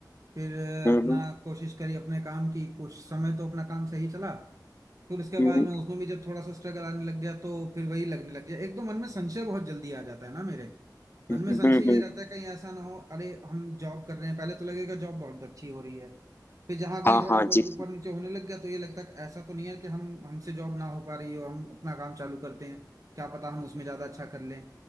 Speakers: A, on the right; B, on the left.
A: फिर अ,
B: हम्म
A: अपना कोशिश करी अपने काम की कुछ समय तो अपना काम सही चला फिर उसके
B: हम्म
A: बाद में उसमें भी जब थोड़ा सा स्ट्रगल आने लग गया तो फिर वही लगने लग गया एक तो मन में संशय बहुत जल्दी आ जाता है ना मेरे मन
B: हम्म,
A: में
B: हम्म,
A: संशय ये
B: हम्म,
A: रहता है कहीं ऐसा ना हो अरे हम जॉब कर रहे हैं पहले तो लगेगा जॉब बहुत अच्छी हो रही है फिर जहाँ कहीं
B: हाँ
A: थोड़ा
B: हाँ
A: बहुत
B: जी जी
A: ऊपर नीचे होने लग गया तो ये लगता है कि ऐसा तो नहीं है कि हम हमसे जॉब ना हो पा रही हो हम अपना काम चालू करते हैं क्या पता हम उसमें ज्यादा अच्छा कर लें